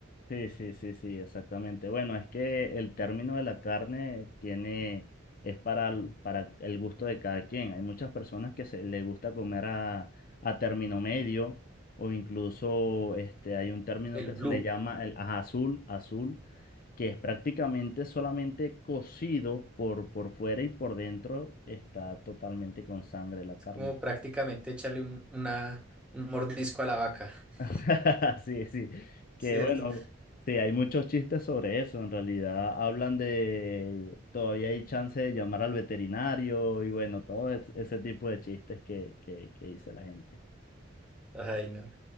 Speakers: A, on the left; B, in the centre.
A: Sí, sí, sí, sí, exactamente. Bueno, es que el término de la carne tiene, es para, el- para el gusto de cada quien. Hay muchas personas que se le gusta comer a, a término medio, o incluso este, hay un término
B: El
A: que
B: blue.
A: se le llama el ajá, azul, azul, que es prácticamente solamente cocido por, por fuera y por dentro está totalmente con sangre la carne.
B: como prácticamente echarle un, una, un mordisco a la vaca, <laughs>
A: <laughs> Sí, sí, que
B: ¿cierto?
A: bueno, sí, hay muchos chistes sobre eso, en realidad hablan de, todavía hay chance de llamar al veterinario y bueno, todo es- ese tipo de chistes que, que, que dice la gente.
B: Ay, no.